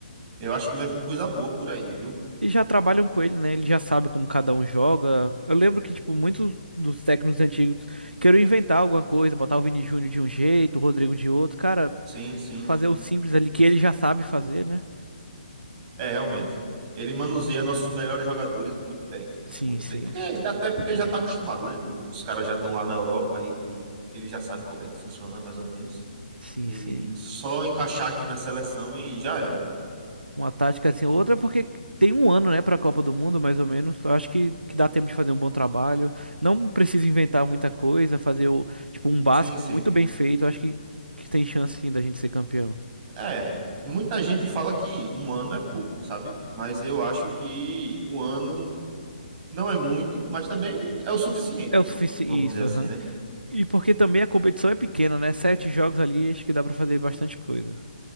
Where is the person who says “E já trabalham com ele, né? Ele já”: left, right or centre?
Right